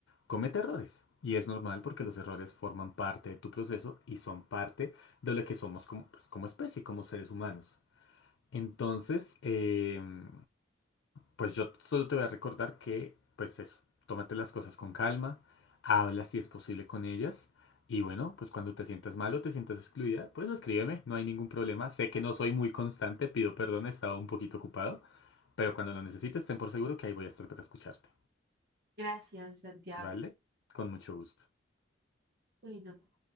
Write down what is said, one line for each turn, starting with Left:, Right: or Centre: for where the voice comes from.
Left: comete errores. Y es normal porque los errores forman parte de tu proceso y son parte de lo que somos como, pues, como especie, como seres humanos. Entonces, em, pues yo solo te voy a recordar que, pues eso, tómate las cosas con calma, habla si es posible con ellas y bueno, pues cuando te sientas mal o te sientas excluida, pues escríbeme, no hay ningún problema. Sé que no soy muy constante, pido perdón, he estado un poquito ocupado, pero cuando lo necesites, ten por seguro que ahí voy a estar para escucharte,
Right: Gracias, Santiago.
Left: ¿vale? Con mucho gusto.
Right: Bueno.